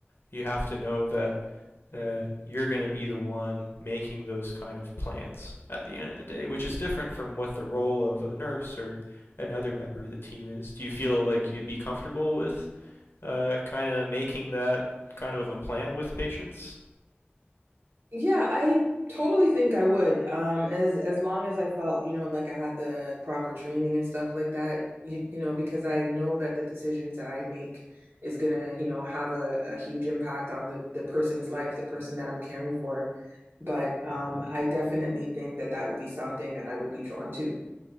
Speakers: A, on the left (about 70°); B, on the right (about 65°).
A: you have to know that uh, you're going to be the one making those kind of plans at the end of the day, which is different from what the role of a nurse or another member of the team is. Do you feel like you'd be comfortable with uh, kind of making that kind of a plan with patients?
B: Yeah, I totally think I would. Um, as as long as I felt, you know, like I had the proper training and stuff like that, you, you know, because I know that the decisions that I make is gonna, you know, have a, a huge impact on the the person's life, the person that I'm caring for. But um, I definitely think that that would be something that I would be drawn to.